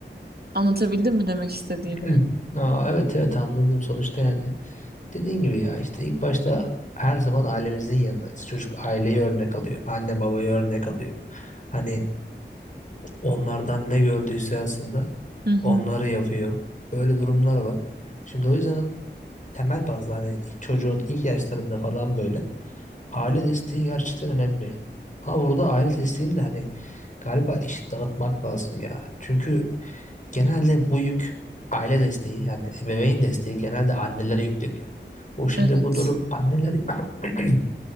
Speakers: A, on the right; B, on the left.
A: Anlatabildim mi demek istediğimi?
B: Evet. Aa, evet evet anladım sonuçta yani dediğin gibi ya işte ilk başta her zaman ailemizin yanındayız. Çocuk aileyi örnek alıyor, anne babayı örnek alıyor. Hani onlardan ne gördüyse aslında
A: Hı hı.
B: Onları yapıyor. Böyle durumlar var. Şimdi o yüzden temel bazda hani çocuğun ilk yaşlarında falan böyle aile desteği gerçekten önemli. Ama burada aile desteğini de hani galiba eşit dağıtmak lazım ya. Çünkü genelde bu yük aile desteği yani ebeveyn desteği genelde annelere yükleniyor. O şimdi
A: Evet,
B: bu durum anneler <coughs> <clears throat>